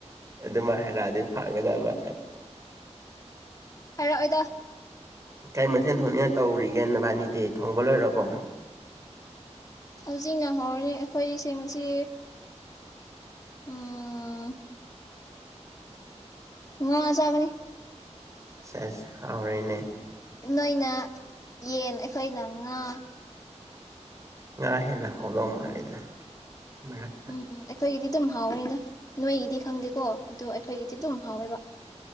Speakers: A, on the right; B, on the left.
A: ꯑꯗꯨꯝꯃꯏ ꯍꯥꯏꯔꯛꯑꯗꯤ ꯐꯥꯒꯗꯕ
B: ꯍꯥꯏꯔꯛꯑꯣꯏꯗ
A: ꯀꯩ ꯃꯊꯦꯜ ꯊꯣꯡꯒꯦ ꯇꯧꯔꯤꯒꯦ ꯅꯕꯥꯟꯅꯤꯗꯤ ꯊꯣꯡꯕ ꯂꯣꯏꯔꯕꯣ
B: ꯈꯨꯖꯤꯟꯅꯍꯧꯔꯅꯤ ꯑꯩꯈꯣꯏꯁꯦ ꯉꯁꯤ ꯎꯝ ꯉꯥ ꯆꯒꯅꯤ
A: ꯁꯦꯁ ꯍꯥꯎꯔꯦꯅꯦ
B: ꯅꯣꯏꯅ ꯌꯦꯟ ꯑꯩꯈꯣꯏꯅ ꯉꯥ
A: ꯉꯥ ꯍꯦꯟꯅ ꯍꯧꯗꯧ ꯃꯥꯜꯂꯦꯗ ꯃꯔꯛ
B: ꯎꯝ ꯑꯩꯈꯣꯏ ꯑꯗꯨꯝ ꯍꯥꯎꯋꯦꯅ ꯅꯣꯏꯒꯤꯗꯤ ꯈꯪꯗꯦꯀꯣ ꯑꯗꯣ ꯑꯩꯈꯣꯏꯒꯤꯗꯤ ꯑꯗꯨꯝ ꯍꯥꯎꯋꯦꯕ